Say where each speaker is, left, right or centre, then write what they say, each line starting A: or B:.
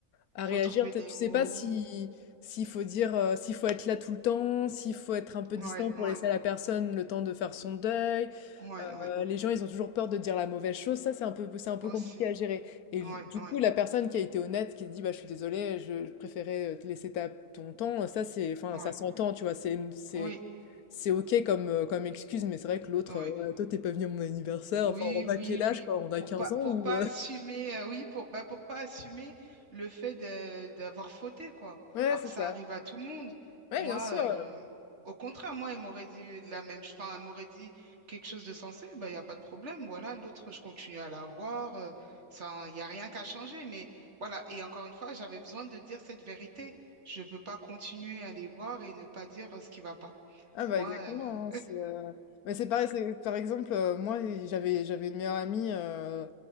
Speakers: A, on the left; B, on the right.
A: à
B: Faut
A: réagir,
B: trouver
A: peut-être
B: les
A: tu
B: mots.
A: sais pas si s'il faut dire, heu, s'il faut être là tout le temps, s'il faut être un peu distant
B: Ouais,
A: pour
B: ouais,
A: laisser à la personne le temps de faire son deuil.
B: ouais,
A: Heu,
B: ouais.
A: les gens, ils ont toujours peur de dire la mauvaise chose. Ça, c'est un peu c'est un peu
B: Aussi.
A: compliqué à gérer et
B: Ouais,
A: du
B: ouais,
A: coup, la personne qui a été honnête, qui a dit: «Bah, je suis désolée, je je préférais, te laisser ta ton temps», ça, c'est enfin,
B: ouais.
A: ça s'entend, tu vois? C'est c'est
B: Oui,
A: c'est OK comme, heu, comme excuse, mais c'est vrai que l'autre,
B: ouais.
A: heu: «Ouais, toi, t'es pas venu à mon anniversaire».
B: Oui,
A: Enfin, on a
B: oui,
A: quel
B: oui.
A: âge, quoi? On a
B: Pour
A: 15
B: pas,
A: ans
B: pour
A: ou
B: pas
A: heu?
B: assumer,
A: <laughs>
B: euh, oui, pour, bah, pour pas assumer le fait de, d'avoir fauté, quoi.
A: Ouais,
B: Alors
A: c'est
B: que ça
A: ça.
B: arrive à tout le monde.
A: Ouais,
B: Moi,
A: bien sûr,
B: euh, au contraire, moi, elle m'aurait dit la même, enfin, elle m'aurait dit quelque chose de sensé, bah, il n'y a pas de problème. Voilà, l'autre, je continue à la voir. euh, ça, il n'y a rien qu'à changer. Mais voilà. Et encore une fois, j'avais besoin de dire cette vérité. Je ne peux pas continuer à les voir et ne pas dire euh, ce qui va pas.
A: Ah bah
B: Moi,
A: exactement,
B: euh,
A: hein, c'est, euh, Mais c'est pareil, c'est- par exemple, euh, moi j'avais j'avais une meilleure amie euh,